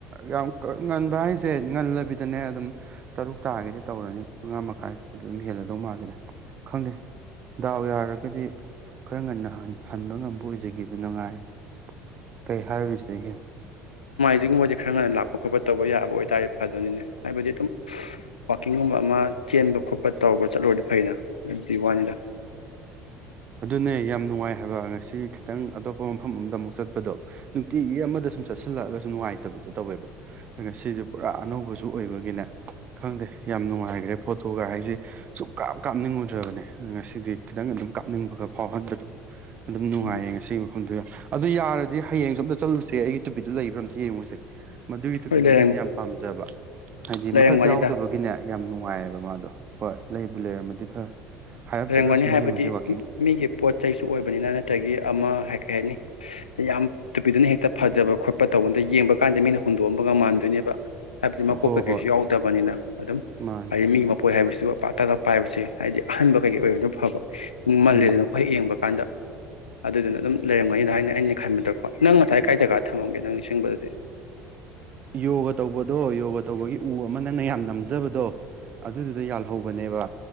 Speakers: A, on the right (about 35°); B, on the left (about 80°).
A: ꯌꯥꯝ ꯉꯟꯕ ꯍꯥꯏꯁꯦ ꯉꯜꯂꯕꯤꯗꯅꯦ ꯑꯗꯨꯝ ꯇꯔꯨꯛ ꯇꯥꯒꯦꯗꯤ ꯇꯧꯔꯅꯤ ꯃꯉꯥ ꯃꯈꯥꯏ ꯑꯗꯨꯝ ꯍꯦꯜꯂꯗꯧ ꯃꯥꯜꯂꯤꯗ ꯈꯪꯗꯦ ꯗꯥꯎ ꯌꯥꯔꯒꯗꯤ ꯈꯔ ꯉꯟꯅ ꯍꯟꯕ ꯉꯝꯕ ꯑꯣꯏꯖꯒꯦ ꯑꯗꯨꯅꯉꯥꯏꯔꯦ ꯀꯩ ꯍꯥꯏꯔꯨꯅꯤ ꯁꯤꯗꯒꯤ ꯍꯦꯟꯅ
B: ꯍꯧꯖꯤꯛꯒꯨꯝꯕꯗꯤ ꯈꯔ ꯉꯟꯅ ꯂꯥꯛꯄ ꯈꯣꯠꯄ ꯇꯧꯕ ꯌꯥꯕ ꯑꯣꯏꯇꯥꯔꯗꯤ ꯐꯗꯧꯅꯤꯅꯦ ꯍꯥꯏꯕꯗꯤ ꯑꯗꯨꯝ ꯋꯥꯛꯀꯤꯡꯒꯨꯝꯕ ꯑꯃ ꯆꯦꯟꯕ ꯈꯣꯠꯄ ꯇꯧꯕ ꯆꯠꯂꯨꯔꯗꯤ ꯐꯩꯅ ꯑꯗꯨꯏ ꯋꯥꯅꯤꯗ
A: ꯑꯗꯨꯅꯦ ꯌꯥꯝ ꯅꯨꯡꯉꯥꯏ ꯍꯥꯏꯕ ꯉꯁꯤ ꯈꯤꯇꯪ ꯑꯇꯣꯞꯄ ꯃꯐꯝ ꯑꯃꯗ ꯑꯃꯨꯛ ꯆꯠꯄꯗꯣ ꯅꯨꯡꯇꯤꯒꯤ ꯑꯃꯗ ꯁꯨꯝ ꯆꯠꯁꯤꯜꯂꯛꯑꯒꯁꯨ ꯅꯨꯡꯉꯥꯏꯇꯕꯗꯣ ꯇꯧꯋꯦꯕ ꯉꯁꯤꯁꯨ ꯄꯨꯔꯥ ꯑꯅꯧꯕꯁꯨ ꯑꯣꯏꯕꯒꯤꯅꯦ ꯈꯪꯗꯦ ꯌꯥꯝ ꯅꯨꯡꯉꯥꯏꯈ꯭ꯔꯦ ꯐꯣꯇꯣꯒ ꯍꯥꯏꯁꯦ ꯁꯨꯡ ꯀꯥꯞ ꯀꯥꯞꯅꯤꯡꯉꯨꯗ꯭ꯔꯕꯅꯦ ꯉꯁꯤꯗꯤ ꯈꯤꯇꯪ ꯑꯗꯨꯝ ꯀꯥꯞꯅꯤꯡꯕꯒ ꯐꯥꯎꯍꯟꯕꯗꯣ ꯑꯗꯨꯝ ꯅꯨꯡꯉꯥꯏꯌꯦ
B: ꯎꯝ
A: ꯉꯁꯤꯒꯤ ꯃꯐꯝꯗꯨ ꯌꯥꯝ ꯑꯗꯨ ꯌꯥꯔꯗꯤ ꯍꯌꯦꯡꯁꯨ ꯑꯝꯇ ꯆꯠꯂꯨꯁꯦ ꯑꯩꯒꯤ ꯇꯨꯄꯤꯗꯨ ꯂꯩꯕ꯭ꯔꯥ ꯑꯝꯇ ꯌꯦꯡꯉꯨꯁꯦ ꯃꯗꯨꯒꯤ ꯇꯣꯄꯤꯗꯣ
B: ꯍꯣꯏ ꯂꯩꯔꯝ
A: ꯑꯩꯅꯗꯤ ꯌꯥꯝꯅ ꯄꯥꯝꯖꯕ ꯍꯥꯏꯗꯤ
B: ꯂꯩꯔꯝꯒꯅꯤꯗ
A: ꯃꯊꯛ ꯌꯥꯎꯗꯕꯒꯤꯅꯦ ꯌꯥꯝ ꯅꯨꯡ ꯅꯨꯡꯉꯥꯏꯌꯦꯕ ꯃꯥꯗꯣ ꯍꯣꯏ ꯂꯩꯕꯨ
B: ꯎꯝ
A: ꯂꯩꯔꯝꯃꯗꯤ ꯐꯔꯦ ꯍꯥꯏꯔꯞ
B: ꯂꯩꯔꯝꯒꯅꯤ
A: ꯆꯠꯂ ꯁꯨꯝ
B: ꯍꯥꯏꯕꯗꯤ
A: ꯌꯦꯡꯉꯨꯁꯦ ꯋꯥ
B: ꯃꯤꯒꯤ ꯄꯣꯠ ꯆꯩꯁꯨ ꯑꯣꯏꯕꯅꯤꯅ ꯇꯒꯤ ꯑꯃ ꯍꯥꯏ ꯀꯩ ꯍꯥꯏꯅꯤ ꯌꯥꯝ ꯇꯨꯄꯤꯗꯨꯅ ꯍꯦꯛꯇ ꯐꯖꯕ ꯈꯣꯠꯄ ꯇꯧꯕꯗ ꯌꯦꯡꯕ ꯀꯥꯟꯗ ꯃꯤꯅ ꯍꯨꯟꯗꯣꯛꯑꯝꯕꯒ ꯃꯥꯟꯗꯣꯏꯅꯦꯕ ꯍꯥꯏꯕꯗꯤ ꯃꯀꯣꯛ
A: ꯍꯣ
B: ꯀꯩꯀꯩꯁꯨ
A: ꯍꯣꯏ
B: ꯌꯥꯎꯗꯕꯅꯤꯅ ꯑꯗꯨꯝ
A: ꯃꯥꯅꯦ
B: ꯍꯥꯏꯗꯤ ꯃꯤꯒꯤ ꯃꯥꯄꯣꯠ ꯍꯥꯏꯕꯁꯤ <inaudible> ꯇꯒ ꯄꯥꯏꯕꯁꯦ ꯍꯥꯏꯗꯤ ꯑꯍꯟꯕ ꯀꯩꯀꯩ ꯑꯣꯏꯔꯗꯤ ꯐꯥꯕ ꯃꯜꯂꯦꯗꯅꯀꯣ
A: ꯎꯝ
B: ꯍꯦꯛ ꯌꯦꯡꯕ ꯀꯥꯟꯗ ꯑꯗꯨꯗꯨꯅ ꯑꯗꯨꯝ ꯂꯩꯔꯝꯒꯅꯤꯗ ꯍꯥꯏꯅ ꯑꯩꯅ ꯈꯟꯕꯗꯀꯣ ꯅꯪ ꯉꯁꯥꯏ ꯀꯥꯏ ꯖꯒꯥꯗ ꯊꯝꯃꯝꯒꯦ ꯅꯪ ꯅꯤꯡꯁꯤꯡꯕꯗꯗꯤ
A: ꯌꯣꯒ ꯇꯧꯕꯗꯣ ꯌꯣꯒ ꯇꯧꯕꯒꯤ ꯎ ꯑꯃ ꯅꯪꯅ ꯌꯥꯝ ꯅꯝꯖꯕꯗꯣ ꯑꯗꯨꯗꯨꯗ ꯌꯥꯜꯍꯧꯕꯅꯦꯕ